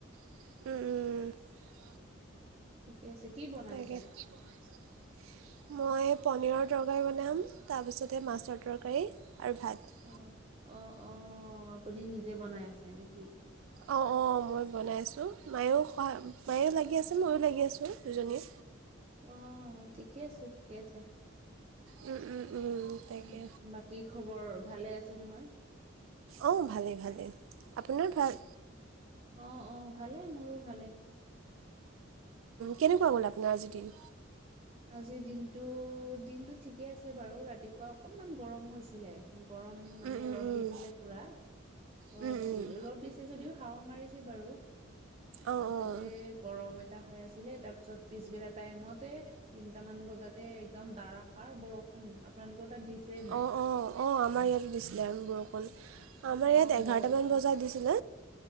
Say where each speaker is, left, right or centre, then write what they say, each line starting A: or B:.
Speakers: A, on the right; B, on the right.
A: উম, উম।
B: ঠিকে আছে কি বনাইছা
A: তাকে কি বনাইছো, মই পনীৰৰ- তৰকাৰী বনাম, তাৰপিছতে মাছৰ তৰকাৰী আৰু ভাত।
B: অ অ অ' আপুনি নিজে বনাই আছে নেকি?
A: অ' অ' মই বনাই আছো। মায়ো সহায় মায়ে লাগি আছে, ময়ো লাগি আছো। দুজনীয়ে
B: অ' ঠিকে আছে ঠিকে আছে।
A: উম, উম। উম, তাকে
B: উম বাকী খবৰ ভালে আছে নহয়।
A: অ' ভালে ভালে আপোনাৰ ভাল।
B: অ' অ' ভালে মোৰো ভালে।
A: কেনেকুৱা গ'ল আপোনাৰ আজি দিন।
B: আজি দিনটো দিনতটো ঠিকে আছে বাৰু ৰাতিপুৱা অকণমান গৰম হৈছিলে। গৰম মানে
A: উম, উম,
B: ৰ'দ
A: উম,
B: দিছিলে পুৰা।
A: উম,
B: ৰ'দ
A: উম,
B: দি ৰ'দ দিছে যদিও হাঁৱা মাৰি বাৰু
A: অঁ অঁ
B: তাতে গৰম এ এটা হৈ আছিলে। তাৰ পিছত পিছবেলা টাইমতে তিনটা মান বজাতে একদম দাৰষাৰ বৰষুণ আপোনালোকৰ তাত দিছিলে নাই?
A: অঁ অঁ অঁ আমাৰ ইয়াতে দিছিলে আৰু বৰষুণ আমাৰ
B: অ',
A: ইয়াত এঘাৰটা
B: বৰষুণ
A: মান বজাত দিছিলে।